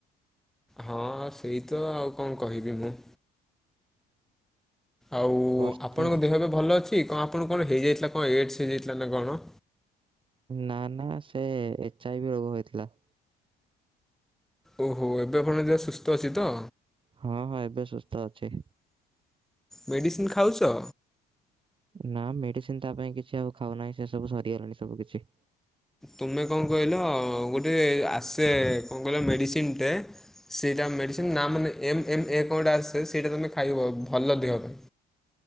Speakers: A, in the centre; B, on the right.
A: ହଁ ସେଇ ତ ଆଉ କଣ କହିବି ମୁଁ? ଆଉ
B: ବର୍ଷା
A: ଆପଣଙ୍କ
B: କେମିତି
A: ଦେହ ଏବେ ଭଲ ଅଛି? କଣ ଆପଣଙ୍କୁ କଣ ହେଇଯାଇଥିଲା କଣ ଏଡସ ହେଇଯାଇଥିଲା ନା କଣ?
B: ନା ନା ସେ ଏଚ୍ ଆଇ ଭି ରୋଗ ହୋଇଥିଲା।
A: ଓହୋ। ଏବେ ଆପଣଙ୍କ ଦେହ ସୁସ୍ଥ ଅଛି ତ?
B: ହଁ ହଁ ଏବେ ସୁସ୍ଥ ଅଛି।
A: ମେଡ଼ିସିନ ଖାଉଛ?
B: ନା। ମେଡିସିନ ତା ପାଇଁ କିଛି ଆଉ ଖାଉ ନାହିଁ। ସେ ସବୁ ସରିଗଲାଣି ସବୁ କିଛି।
A: ତୁମେ କଣ କହିଲ? ଗୋଟେ ଆସେ କଣ କହିଲ ମେଡ଼ିସିନଟେ‌। ସେଇଟା ମେଡ଼ିସିନ୍। ନା ମାନେ ଏମ୍ ଏମ୍ ଏ କଣ ଗୋଟେ ଆସେ। ସେଇଟା ତୁମେ ଖାଇବ। ଭଲ ଦେହ ପାଇଁ।